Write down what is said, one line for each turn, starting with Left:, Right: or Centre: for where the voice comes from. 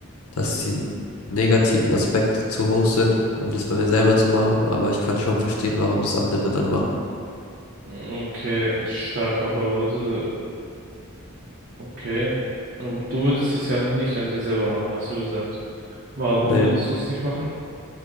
Left: dass die negativen Aspekte zu hoch sind, um das bei mir selber zu machen. Aber ich kann schon verstehen, warum das andere dann machen.
Right: Okay, stark, aber würde, okay. Ähm, Du würdest es ja nicht an dir selber machen, hast du gesagt. Warum
Left: Nee,
Right: würdest du es nicht machen?